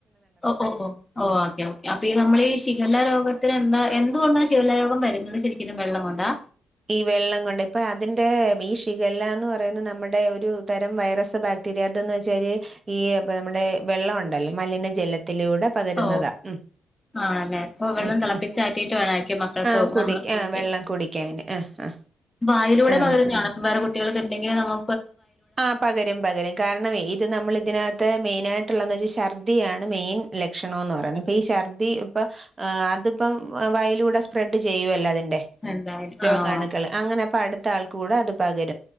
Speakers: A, on the left (about 15°); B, on the right (about 35°).
A: ഓ ഓ ഓ ഓ ഓക്കെയാവും അപ്പൊ ഈ നമ്മൾ ഈ ശികല്ല രോഗത്തിന് എന്താ എന്തുകൊണ്ടാണ് ശികല്ല രോഗം വരുന്നത് ശരിക്കും വെള്ളം കൊണ്ടാ
B: ഈ വെള്ളം കൊണ്ട് ഇപ്പൊ അതിന്റെ ഏ ഈ ഷിഖല്ല എന്ന് പറയുന്നെ നമ്മടെ ഒരു തരം വൈറസ് ബാക്ടീരിയ അകത്ത്ന്ന് വെച്ചാൽ ഈ ഇപ്പ നമ്മുടെ വെള്ളം കൊണ്ടല്ലെ മലിന ജല ത്തിലൂടെ പകരുന്നതാ
A: ഓ
B: ഉം
A: ആണല്ലേ അപ്പൊ വെള്ളം
B: ഉം
A: തിളപ്പിച്ചാറ്റിയിട്ട്
B: ഉം
A: വേണായിരിക്കും മക്കൾക്ക്
B: ആ കുടി
A: നമ്മള്
B: ആ
A: കുടിക്കാൻ
B: വെള്ളം കുടിക്കാന് ആ
A: വായിലൂടെ
B: ആന്ന്.
A: പകരുന്നെയാണ് അപ്പം വേ കുട്ടികൾക്ക് ഇണ്ടെങ്കി അത് നമ്മ
B: ആ പകരും പകരും കാരണവെ ഇത് നമ്മൾ ഇതിനകത്തെ മെയിനായിട്ട് ഇള്ളെന്ന് വെച്ചാ ഷർ ർദ്ദിയാണ് മെൻ ലക്ഷണോന്ന് പറയുന്നെ ഇപ്പ ഈ ഛർദി ഇപ്പ ഏ അതിപ്പം വായിലൂടെ സ്പ്രെഡ് ചെയ്യുവല്ലെ അതി ടെ
A: എന്തായാലും
B: രോഗാണുക്കൾ
A: ആഹ്
B: അങ്ങനെ ഇപ്പം അട് ത്തെ ആൾക്ക് കൂടെ അത് പകരു